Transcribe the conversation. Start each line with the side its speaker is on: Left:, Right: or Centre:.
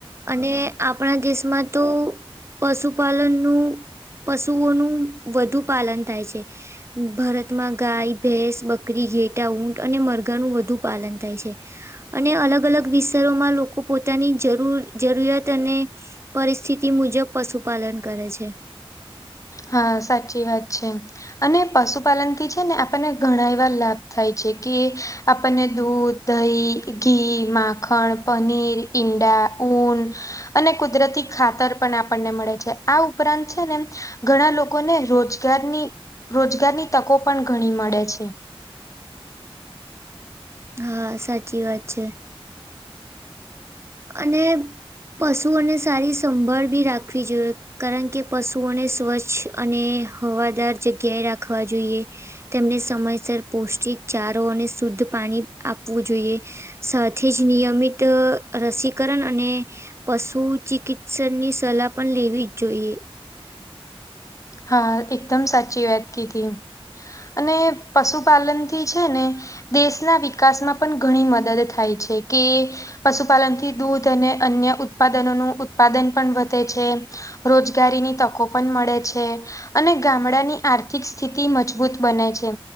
Right: અને. આપણા દેશમાં તો પશુપાલનનું પશુઓનું વધુ પાલન થાય છે. ભારતમાં ગાય, ભેંસ, બકરી, ઘેટા, ઊંટ અને મરઘાનું વધુ પાલન થાય છે. અને અલગ અલગ વિસ્તારોમાં લોકો પોતાની જરૂર જરૂરિયાત અને પરિસ્થિતિ મુજબ પશુપાલન કરે છે.
Left: હા સાચી વાત છે. અને પશુપાલનથી છે, ને આપણને ઘણા એવા લાભ થાય છે, કે આપણને દૂધ દહી, ઘી, માખણ, પનીર, ઈંડા, ઊન. અને કુદરતી ખાતર પણ આપણને મળે છે, આ ઉપરાંત છે ને. ઘણા લોકોને રોજગારની રોજગારની તકો પણ ઘણી મળે છે.
Right: હા સાચી વાત છે. અને પશુને સારી સંભાળ બી રાખવી જોઈએ. કારણ કે પશુઓને સ્વચ્છ અને હવાદાર જગ્યાએ રાખવા જોઈએ. તેમને સમયસર પૌષ્ટિક ચારો અને શુદ્ધ પાણી આપવું જોઈએ. સાથે જ નિયમિત. રસીકરણ અને પશુ ચિકિત્સન ની સલાહ પણ લેવી જ જોઈએ.
Left: હા એકદમ સાચી વાત કીધી અને પશુપાલન થી છે, ને. દેશના વિકાસમાં પણ ઘણી મદદ થાય છે, કિ. પશુપાલનથી દૂધ અને અન્ય ઉત્પાદનોનું ઉત્પાદન પણ વધે છે. રોજગારીની તકો પણ મળે છે. અને ગામડાની આર્થિક સ્થિતિ મજબૂત બને છે.